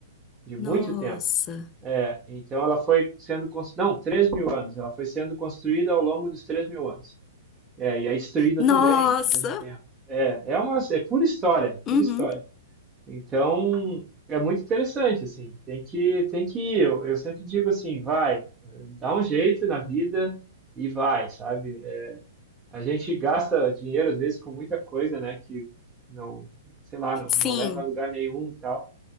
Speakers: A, on the right; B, on the left.
A: de muito
B: Nossa.
A: tempo. É, então ela foi sendo construída, não, três mil anos, ela foi sendo construída ao longo dos três mil anos. É, e é destruída
B: Nossa!
A: também, ao mesmo tempo. É, é uma, é pura história, pura
B: Uhum.
A: história. Então, é muito interessante, assim, tem que, tem que Eu, eu sempre digo assim, vai, eh, dá um jeito na vida e vai, sabe? É, a gente gasta dinheiro, às vezes, com muita coisa, né, que não, sei lá, não, não
B: Sim,
A: leva a lugar nenhum e tal.